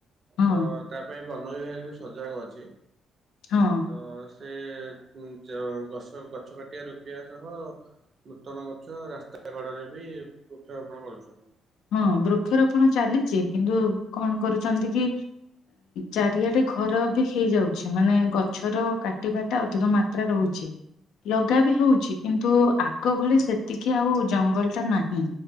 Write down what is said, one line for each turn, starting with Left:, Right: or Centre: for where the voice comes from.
Left: ହଁ
Right: ତ ତା ପାଇଁ ବନ ବିଭାଗ ବି ସଜାଗ ଅଛି
Left: ହଁ
Right: ତ ସେ <unintelligible> ଗଛ ଗଛ କାଟିବା ରୋକିବା ସହ ନୂତନ ଗଛ ରାସ୍ତା କଡରେ ବି ବୃକ୍ଷରୋପଣ କରୁଛନ୍ତି।
Left: ହଁ ବୃକ୍ଷରୋପଣ ଚାଲିଛି କିନ୍ତୁ କଣ କରୁଛନ୍ତି କି ଚାରିଆଡେ ଘର ବି ହେଇଯାଉଛି ମାନେ ଗଛର କାଟିବା ଟା ଅଧିକ ମାତ୍ରା ରହୁଛି। ଲଗା ବି ହଉଛି କିନ୍ତୁ ଆଗ ଭଳି ସେତିକି ଆଉ ଜଙ୍ଗଲ ଟା ନାହିଁ।